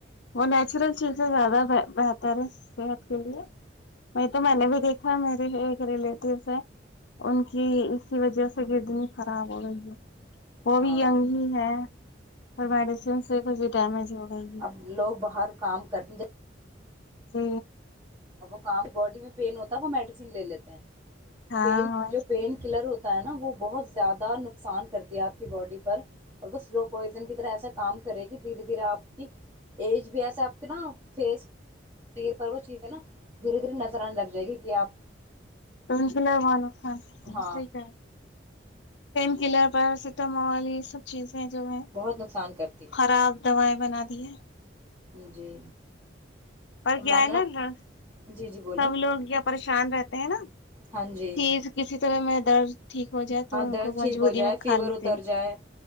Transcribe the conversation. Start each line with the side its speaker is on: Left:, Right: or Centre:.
Left: وہ نیچرل چیزیں زیادہ بہتر بتر ہے صحت کے لیے وہی تو میں نے بھی دیکھا میرے ایک ریلیٹیو ہے ان کی اسی وجہ سے کڈنی خراب ہو گئی ہے وہ
Right: ہاں
Left: بھی گ ہی ہے اور میڈیسن سے ڈیمیج ہو گئی ہے
Right: اب لوگ باہر کام کرنے جات
Left: جی
Right: وہ کام باڈی میں پین ہوتا ہے وہ میڈیسین لے لیتے ہیں
Left: ہاں
Right: پ جو پین کلر ہوتا نا وہ بہت زیادہ نقصان کرتی ہے آپ کی باڈی پر اور وہ سلو پوائزن کی طرح ایسا کام کرے گی دھیرے دھیرے آپ کی ایج بھی ایسے آپ کے نا فیس یر پرو چاہی تھے نا دھیرے دھیرے نظر آنے لگ جائے گی کہ آپ
Left: الحمد اللہ وعلممح
Right: ہاں
Left: پین کلر پر ست مالس سب چیز جو ہے
Right: بہت نقصان کرتی
Left: خراب دوائ بنا دیے
Right: جی
Left: اور کیا
Right: میں نے
Left: ہے نا
Right: جی جی بولیں
Left: سب لوگ کیا پریش شان رہتے ہیں نا
Right: ہاں جی
Left: چیز کسی طرح میں درد ٹھیک ہو جائے تو
Right: ہاں
Left: ان
Right: درد
Left: کو مجبوری
Right: ٹھیک ہو جائے
Left: میں کھا
Right: فیور
Left: لیتے
Right: اتر
Left: ہیں
Right: جائے